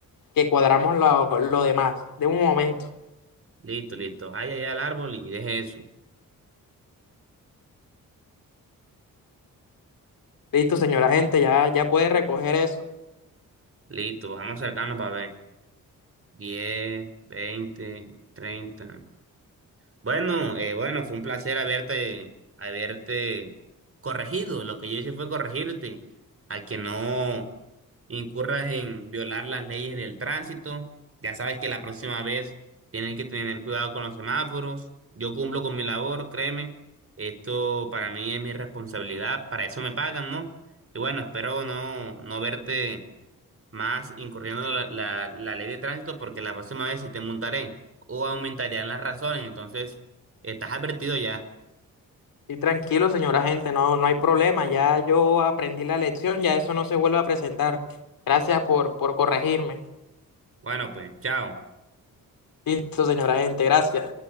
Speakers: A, on the left; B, on the right.
A: que cuadramos lo lo demás. De un momento.
B: Listo, listo. Vaya allá al árbol y deje eso.
A: Listo, señora gente, ya, ya puede recoger eso.
B: Listo, vamos acercando para ver. diez, 20, 30. Bueno, eh, bueno, fue un placer haberte, haberte corregido. Lo que yo hice fue corregirte a que no incurras en violar las leyes del tránsito. Ya sabes que la próxima vez tienes que tener cuidado con los semáforos. Yo cumplo con mi labor, créeme. Esto para mí es mi responsabilidad. Para eso me pagan, ¿no? Y bueno, espero no, no verte más incurriendo la, la, la ley de tránsito porque la próxima vez sí te montaré o aumentarían las razones, entonces estás advertido ya.
A: Y tranquilo, señora gente, no, no hay problema. Ya yo aprendí la lección, ya eso no se vuelve a presentar. Gracias por, por corregirme.
B: Bueno, pues, chao.
A: Listo, señora gente, gracias.